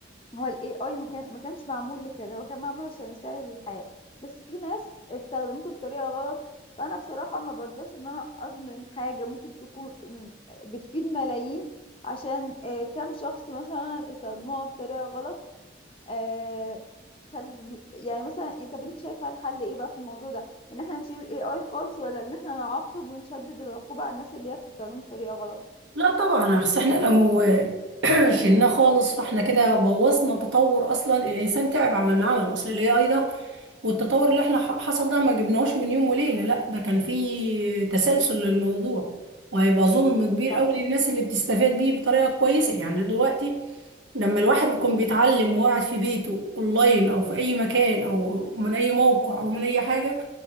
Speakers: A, on the left; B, on the right.
A: هو الاي اي ما كان- ما كانش معمول لكده هو كان معمول عشان يسهل الحياة بس في ناس استخدمته بطريقة غلط فانا بصراحة ما برضاش ان انا اظلم حاجة ممكن تكون م- بتفيد ملايين عشان آه، كام شخص مثلا استخدموها بطريقة غلط آه فال يعني مثلا إيه- طب انت شايفه الحل ايه بقى في الموضوع ده ان احنا نشيل الاي اي خالص ولا ان احنا نعاقب ونشدد العقوبه على الناس اللي هي بتستخدمه بطريقه غلط
B: لا طبعا اصل احنا لو <clears throat> شلناه خالص فاحنا كده بوظنا تطور اصلا الانسان تعب عمل معاه عمل اصل الاي اي ده والتطور اللي احنا ح- حصل ده ما جبناهوش من يوم وليله لا ده كان فيه تسلسل للموضوع وهيبقى ظلم كبير
A: صح
B: قوي للناس اللي بتستفاد بيه بطريقه كويسه يعني دلوقتي لما الواحد بيكون بيتعلم وقاعد في بيته اونلاين او في اي مكان او من اي موقع او من اي حاجه